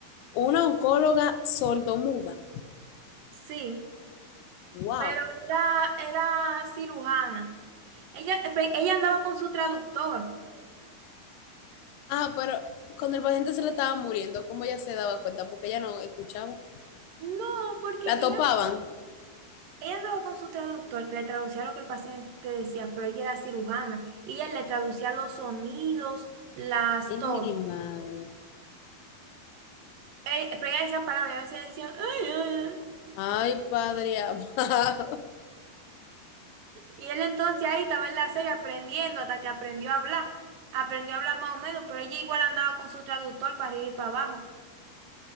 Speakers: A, on the left; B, on the right.
A: una oncóloga sordomuda.
B: Sí.
A: Wow.
B: Pero era, era cirujana. Ella, pe- ella andaba con su traductor.
A: Ah, pero cuando el paciente se le estaba muriendo, ¿cómo ella se daba cuenta? Porque ella no escuchaba.
B: No, porque
A: La topaban.
B: ella, no- ella andaba con su traductor, que le traducía lo que el paciente decía, pero ella era cirujana y él le traducía los sonidos, las,
A: Ay,
B: todo.
A: mi madre.
B: Eh, pero ella decía palabras, y a veces decía, "Ay, ay, ay".
A: Ay, padre amado. <laughs>
B: Y él entonces ahí estaba en la serie aprendiendo hasta que aprendió a hablar. Aprendió a hablar más o menos, pero ella igual andaba con su traductor para arriba y para abajo.